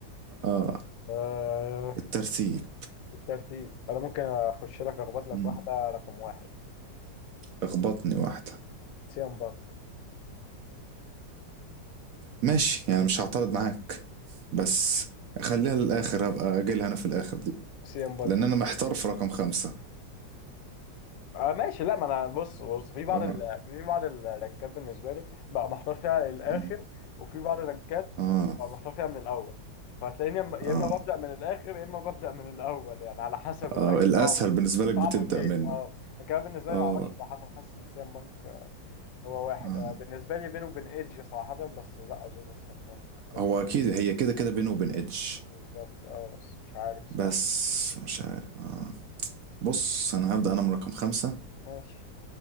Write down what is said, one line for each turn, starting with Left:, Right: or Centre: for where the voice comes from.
Right: اه
Left: آه
Right: الترتيب
Left: الترتيب أنا ممكن أخش لك أخبط لك
Right: مم.
Left: واحدة رقم واحد
Right: اخبطني واحده
Left: سيام بانك
Right: ماشي يعني مش هعترض معاك بس خليها للاخر هبقى اجيلها انا في الاخر دي
Left: سيام بانك
Right: لان انا محتار في رقم خمسة
Left: آه ماشي لا ما انا بص بص في بعض
Right: اه
Left: ال... في بعض الرانكات بالنسبه لي بقى محتار فيها الاخر
Right: مم.
Left: وفي بعض الرانكات
Right: اه
Left: بقى محتار فيها من الاول فهتلاقيني يا اما يا
Right: اه
Left: إما ببدا من الاخر يا اما ببدا من الاول يعني على حسب الرانك
Right: اه الاسهل
Left: صعب
Right: بالنسبه لك بتبدا
Left: صعب فين
Right: منه
Left: اه لكن أنا بالنسبه
Right: اه
Left: لي معرفش صراحه حاسس ان سيام بانك آه، هو واحد
Right: اه
Left: آه، بالنسبه لي بينه وبين ايدج صراحه بس لا اظن سيام بانك بال-
Right: هو اكيد هي كده كده بينه وبين ادج
Left: بالظبط اه بس مش عارف الصراحه
Right: بس مش عارف آه. بص انا هبدأ انا من رقم خمسة
Left: ماشي